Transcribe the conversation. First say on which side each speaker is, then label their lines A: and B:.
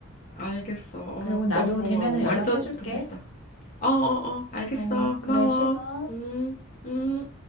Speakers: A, on the left; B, on the left.
A: 알겠어. 어,
B: 그리고 나도
A: 너무 고마워.
B: 되면은 연락해줄게.
A: 완전 도움 됐어. 어, 어, 어. 알겠어.
B: 어,
A: 고마워.
B: 그래, 쉬어.
A: 음, 음.